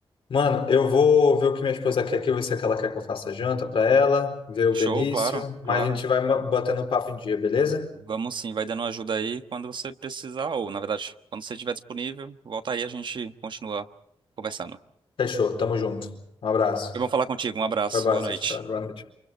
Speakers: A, on the left; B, on the right.
A: Mano, eu vou ver o que minha esposa quer aqui, ver se é que ela quer que eu faça janta pra ela, ver o Benício,
B: Show, claro,
A: mas
B: claro.
A: a gente vai ma- botando o papo em dia, beleza?
B: Vamos sim, vai dando ajuda aí quando você precisar, ou na verdade, quando você estiver disponível, volta aí, a gente continua conversando.
A: Fechou, tamo junto. Um abraço.
B: Foi bom falar contigo, um abraço,
A: Vai,
B: boa
A: Tchau,
B: noite.
A: tchau. Boa noite.